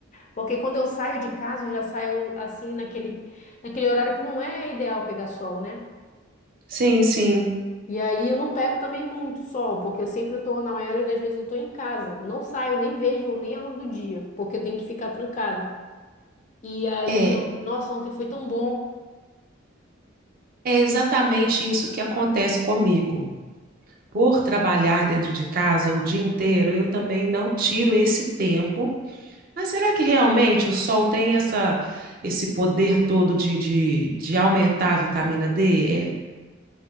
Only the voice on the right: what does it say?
sim, sim.
É,
é exatamente isso que acontece comigo. Por trabalhar dentro de casa o dia inteiro, eu também não tiro esse tempo. Mas será que realmente o sol tem essa, esse poder todo de, de, de aumentar a vitamina D?